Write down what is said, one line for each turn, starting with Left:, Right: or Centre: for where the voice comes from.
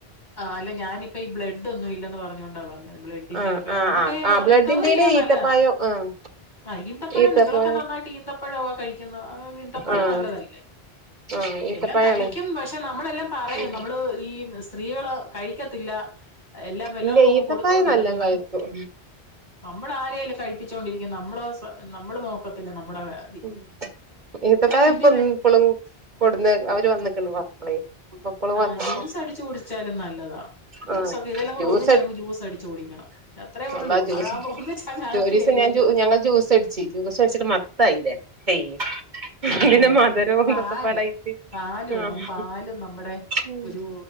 Left: ആഹ് അല്ല ഞാനിപ്പ ഈ ബ്ലഡ്ന്നും ഇല്ലന്ന് പറഞ്ഞോണ്ടാ പ ബ്ലഡിന്റെ
Right: ആഹ്
Left: ഒക്കെ
Right: ആഹ്
Left: നമുക്ക്
Right: ആഹ് ആ ബ്ലഡിന്റെന്
Left: റിക്കവറി ചെയ്യാൻ
Right: ഈത്തപ്പായം
Left: നല്ലതാണ്.
Right: ആഹ്
Left: ആ് ഈന്തപ്പഴം
Right: ഈത്തപ്പഴം
Left: നിങ്ങളൊക്കെ നന്നായിട്ട് ഈന്തപ്പഴൊക്കെ കഴിക്കുന്ന അങ്ങ ഈന്തപ്പഴ
Right: ആഹ്
Left: നല്ലതല്ലേ?
Right: ആഹ് ഈത്തപ്പഴാണ്
Left: എല്ലാം കഴിക്കും പക്ഷെ നമ്മളെല്ലാം പറയും
Right: ഉം
Left: നമ്മള് ഈ സ്ത്രീകള് കഴിക്കത്തില്ല എല്ലാം വലോർക്കും
Right: ഇല്ല ഈത്തപ്പായം
Left: കൊട്ത്തോണ്ടിരി
Right: നല്ലോം കഴിക്കും
Left: നമ്മള് നമ്മള് ആരേലൊക്കെ കഴിപ്പിച്ചുകൊണ്ടിരിക്കും നമ്മള് സെ നമ്മള് നോക്കത്തില്ല നമ്മുടെ കാര്യം.
Right: ഉ ഇത്തപ്പയം
Left: പിന്നെതെ
Right: ഇപ്പൊ ഇപ്പോളും കൊടുന്ന്ഏരും അവര് വന്ക്ണ് മാപ്പളൈ. അപ്പപ്പോളും
Left: ആ
Right: വന്നപ്പോ
Left: ജ്യൂസ് അടിച്ചു കുടിച്ചാലും നല്ലതാ ജ്യൂസൊക്കെ
Right: ആ
Left: ഇതെല്ലാം കൂടെ
Right: ജൂസ
Left: ഒന്നിച്ചങ്ങ് ജ്യൂസ് അടിച്ചു കുടിക്കണം അത്രേ ഉള്ളൂ
Right: അള്ള ജ്യൂസ്
Left: അതാകുമ്പോ ഒന്നിച്ചങ്ങ് അകത്ത്
Right: ഒരീസം
Left: ചെല്ലുവല്ലോ
Right: ഞാൻ ഞങ്ങൾ ജ്യൂസ് അടിച്ചു ജ്യൂസ് അടിച്ചിട്ട് മക <unintelligible>
Left: ആ്
Right: മധുരവും
Left: പാല്
Right: ഇതൊക്കെ പാടായിട്ട്
Left: പാല് വേണം
Right: ആഹ്
Left: പാല് നമ്മുടെ
Right: ഉം
Left: ഒരു.